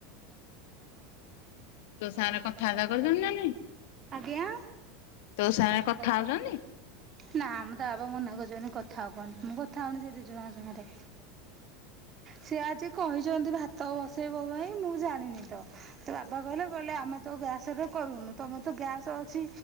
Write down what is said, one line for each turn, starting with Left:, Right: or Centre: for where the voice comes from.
Left: ତୋ ସାଙ୍ଗରେ କଥାବାର୍ତ୍ତା କରୁଚନ୍ତି ନା ନାଇଁ?
Right: ଆଜ୍ଞା
Left: ତୋ ସାଙ୍ଗେ କଥା ହୋଉଚନ୍ତି?
Right: ନାଁମ ତା ଵାବା ମନା କରଚନ୍ତି କଥା ହବନି। ମୁଁ କଥା ହୋଉନି ସେ ଦି ଜଣଆଙ୍କ ସାଙ୍ଗରେ। ସିଏ ଆଜି କହିଚନ୍ତି ଭାତ ବସେଇବ ପାଇଁ। ମୁଁ ଜାଣିନି ତ। ତୋ ବାପା କଇଲେ କଇଲେ ଆମେ ତ ଗ୍ୟାସରେ କରୁନୁ। ତମେ ତ ଗ୍ୟାସ ଅଛି